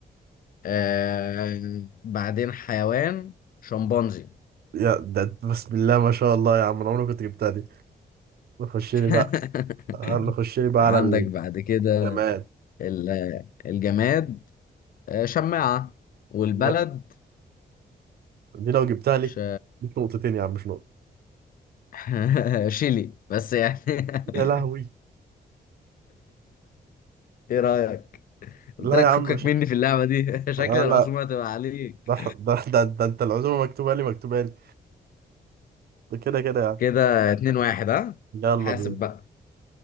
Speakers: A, on the left (about 55°); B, on the right (about 65°).
A: آه بعدين حيوان شمبانزي
B: يا ده أنت بسم الله ما شاء الله يا عم انا عمري ما كنت جبتها دي نخش
A: <laughs>
B: لي بقى آه، نخش لي بقى
A: عندك
B: على
A: بعد كده
B: الجماد
A: ال- الجماد آه، شماعة والبلد
B: يا- دي لو جبتها لي
A: ش...
B: جبت نقطتين يا عم مش نقطة
A: <laughs> شيلي بس يعني <laughs>
B: يا لهوي
A: ايه رأيك؟ قلت
B: لا
A: لك
B: يا عم
A: فكك
B: مش
A: مني في اللعبة دي <laughs> شكل
B: آه
A: العزومة
B: لا
A: هتبقى عليك
B: ده ده ده, ده انت العزومة مكتوبة لي مكتوبة لي ده كده كده يعني
A: كده اتنين واحد ها؟
B: يلا
A: حاسب
B: بينا
A: بقى